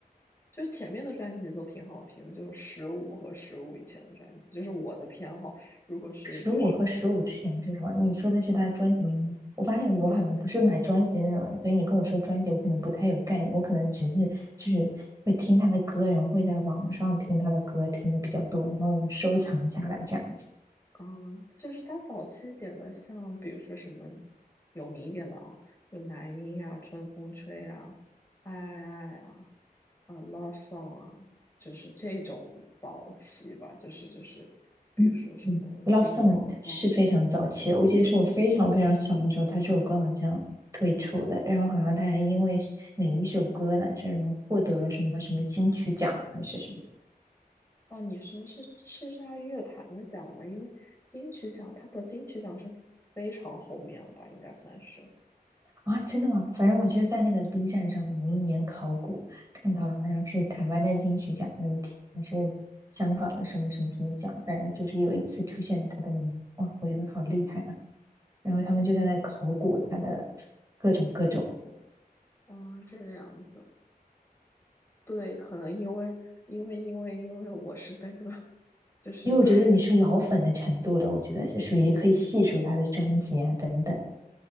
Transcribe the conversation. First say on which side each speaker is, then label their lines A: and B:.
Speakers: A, on the left; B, on the right.
A: 就前面的专辑都挺好听的，就是十五和十五以前的专辑，就是我的偏好。如果是就是
B: 十五和十五之前是什么？你说的是他专辑名单。我发现我好像不是买专辑的那种人，
A: 对，
B: 所以你跟我说专辑，我可能不太有概念。我可能只是就是会听他的歌，然后会在网上听他的歌，听的比较多，然后收藏下来这样子。
A: 嗯，就是他早期一点的，像比如说什么有名一点的啊，就男音啊，春风吹啊，爱爱爱啊，啊，Love Song 啊，就是这种早期吧，就是就是，比如说什么
B: 嗯嗯，Love
A: Sing
B: Song
A: Along Song。
B: 是非常早期的，我记得是我非常非常小的时候，他这首歌好像推出的，然后好像他还因为哪一首歌呢，这种获得了什么什么金曲奖还是什么。
A: 哦，你说是叱咤乐坛的奖吗？因为金曲奖，他得金曲奖是非常后面了吧，应该算是。
B: 啊，真的吗？反正我就在那个 B 站上面有一年考古，看到了好像是台湾的金曲奖那一题，还是香港的什么什么什么奖，反正就是有一次出现了他的名字，哇，我觉得好厉害啊！然后他们就在那考古他的
A: 嗯，
B: 各种各种，
A: 嗯，这个样子。对，可能因为因为因为因为我是那个，就是太
B: 因为我觉得你是老粉的程度了，我觉得是属于可以细数他的专辑啊等等。
A: 也